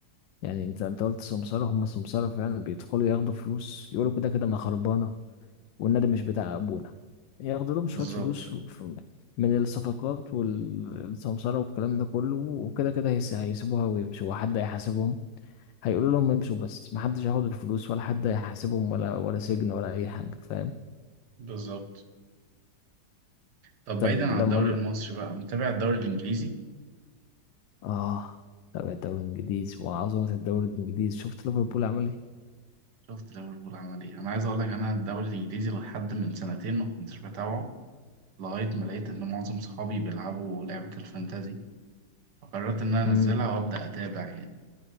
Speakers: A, on the left; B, on the right.
A: يعني انت انت قلت سمسارة هم سمسارة فعلا بيدخلوا ياخدوا فلوس يقولوا كده كده ما خربانة والنادي مش بتاع ابونا ياخدوا لهم شوية
B: بالظبط
A: فلوس في- من الصفقات والسمسارة والكلام ده كله وكده كده هيس- هيسيبوها ويمشوا وحد هيحاسبهم هيقولوا لهم امشوا بس محدش هياخد الفلوس ولا حد هيحاسبهم ولا ولا سجن ولا اي حاجة فاهم
B: بالظبط. طب
A: طب
B: بعيدا عن
A: لما
B: الدوري
A: ال-
B: المصري بقى متابع الدوري الإنجليزي
A: اه تابع الدوري الانجليزي وعظمة الدوري الانجليزي شفت ليفربول عمل
B: شفت ليفربول عمل إيه أنا عايز أقول لك أنا الدوري الإنجليزي لحد من سنتين ما كنتش بتابعه لغاية ما لقيت إن معظم صحابي بيلعبوا لعبة الفانتازي فقررت إن أنا
A: ايه
B: أنزلها وأبدأ أتابع يعني